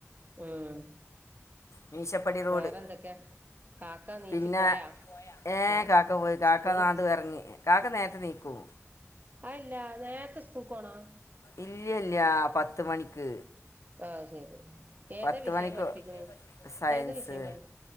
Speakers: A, on the right; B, on the left.
A: ഉം
B: മീശപ്പടി റോഡ്
A: വേറെ എന്തൊക്കെ കാക്ക നീച്ചു
B: പിന്നെ
A: പോയാ
B: ഏ
A: ആ
B: കാക്ക പോയി കാക്ക
A: സ്കൂള്
B: നാട് കറങ്ങി കാക്ക നേര്ത്തെ നീക്കു
A: അല്ല നേര്ത്തെ സ്കൂൾക്കോണം
B: ഇല്ലില്ല പത്ത് മണിക്ക്
A: ആഹ് ശരി ഏതാ
B: പത്ത്
A: വിഷയം
B: മണിക്ക്
A: പഠിപ്പിക്കണ്
B: സയൻസ്
A: ഏതാ വിഷയം പഠിപ്പ